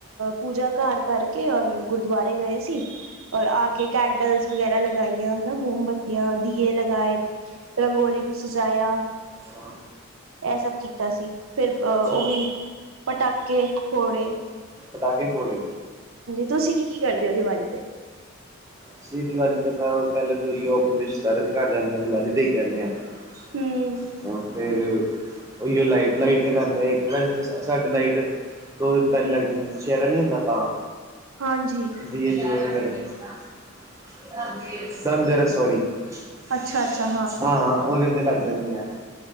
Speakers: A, on the right; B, on the right.
A: ਪੂਜਾ ਘਰ ਕਰਕੇ ਔਰ ਗੁਰਦੁਆਰੇ ਗਏ ਸੀ। ਔਰ ਆ ਕੇ ਕੈਂਡਲਸ ਵਗੈਰਾ ਲਗਾਈਆਂ ਹਨਾ ਮੋਮਬੱਤੀਆਂ, ਦੀਏ ਲਗਾਏ। ਰੰਗੋਲੀ ਨੂੰ ਸਜਾਇਆ।
B: ਹਾਂ
A: ਇਹ ਸਭ ਕੀਤਾ ਸੀ ਫਿਰ
B: ਅੱਛਾ
A: ਉਹੀ ਪਟਾਕੇ ਫੋੜੇ।
B: ਪਟਾਕੇ ਫੋੜੇ।
A: ਤੁਸੀਂ ਕੀ-ਕੀ ਕਰਦੇ ਹੋ? ਦੀਵਾਲੀ ਤੇ
B: ਅਸੀ ਦੀਵਾਲੀ ਤੋ ਪਹਿਲੇ ਤੋਂ ਯੂ ਉਹ ਆਪਣੇ ਰਿਸ਼ਤੇਦਾਰਾ ਦੇ ਘਰ ਜਾਂਨੇ ਆ ਦੀਵਾਲੀ ਦੇ ਕੇ ਆਨੇ ਆ। <inaudible>
A: ਹਮ
B: ਹੁਣ ਫਿਰ। ਉਹੀਉ ਲਾਈਟ -ਲਾਈਟ ਲਗਾਉਂਦੇ ਆ ਇੱਕ ਦਿਨ 'ਚ' ਸਾਡੇ ਲਾਈਟ ਦੋ ਦਿਨ ਪਹਿਲੇ ਲੱਗ ਜਾਂਦੀ ਹੈ, ਦੁਸਿਹਰਾ ਨੀ ਹੁੰਦਾ ਤਾਂ।
A: ਹਾਂਜੀ।
B: <unintelligible> ਹੁੰਦੀ ਆ ਦੂਏ ਦਿਨ। <unintelligible> ਸੋਰੀ <inaudible>
A: ਅੱਛਾ ਅੱਛਾ
B: ਹਾਂ ਉਹਦੇ ਤੇ ਲੱਗ ਜਾਂਦੀਆਂ ਨੇ।